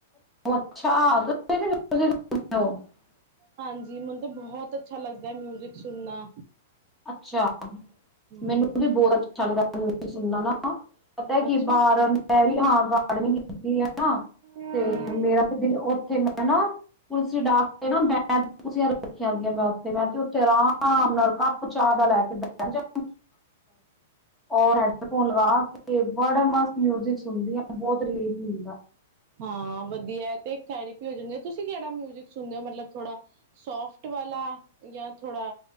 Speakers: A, in the centre; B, on the right.
A: ਉਹ ਅੱਛਾ <inaudible>
B: ਹਾਂਜੀ ਮੈਨੂੰ ਤਾ ਬਹੁਤ ਅੱਛਾ ਲੱਗਦੈ, ਮਿਊਜਿਕ ਸੁਣਨਾ।
A: ਅੱਛਾ
B: ਹਮ
A: ਮੈਨੂੰ ਵੀ ਬਹੁਤ ਅੱਛਾ ਲੱਗਦਾ। <inaudible> ਸੁਣਨਾ ਨਾ ਪਤਾ ਏ ਕਿ,
B: ਅੱਛਾ
A: ਬਾਰ ਮੈਂ ਵੀ ਹਾਂ ਪ <unintelligible> ਕੀਤੀ ਆ ਨਾ,
B: ਹਮ
A: ਤੇ ਮੇਰਾ ਤੇ ਦਿਲ ਓਥੇ, ਮੈਂ ਨਾ ਪੁਲਿਸ ਡਾਕ ਕੇ ਨਾ ਬੈਠ ਕੁਰਸੀਆਂ ਰੱਖੀਆਂ ਹੁੰਦੀਆਂ, ਉੱਥੇ ਆਰਾਮ ਨਾਲ ਚਾਹ ਦਾ ਲੈ ਕੇ ਬੈਠ ਜਾ ਔਰ ਹੈਡਫੋਨ ਲਗਾ ਕੇ, ਬੜਾ ਮਸਤ ਮਿਊਜਿਕ ਸੁਣਦੀ ਆ ਬਹੁਤ ਰਿਲੀਫ ਮਿਲਦਾ।
B: ਹਾਂ ਵਧੀਆ। ਏਤੇ ਇਕ ਥੈਰਪੀ ਹੋ ਜਾਂਦੀ। ਤੁਸੀਂ ਕਿਹੜਾ ਮਿਊਜਿਕ ਸੁਣਦੇ ਹੋ? ਮਤਲਬ ਥੋੜਾ ਸੋਫਟ ਵਾਲਾ ਜਾਂ ਥੋੜ੍ਹਾ